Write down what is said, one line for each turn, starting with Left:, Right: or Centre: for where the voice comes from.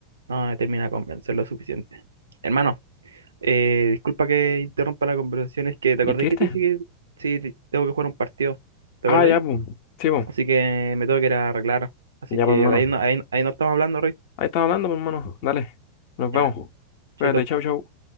Right: no me termina de convencer lo suficiente. Hermano. Eh, disculpa que interrumpa la conversación, es que te
Left: ¿Inscribirte?
Right: acordé que te dije que sí, te- tengo que jugar un partido, ¿te
Left: Ah,
Right: acordáis?
Left: ya, pues. Sí, po.
Right: Así que me tengo que ir a arreglar, así
Left: Ya,
Right: que
Left: pues, hermano.
Right: de ahí no, ahí, ahí no estamos hablando, Roy.
Left: Ahí estás hablando, pues, hermano. Dale. Nos vemos.
Right: Ya,
Left: Cuídate,
Right: chaito.
Left: chau, chau.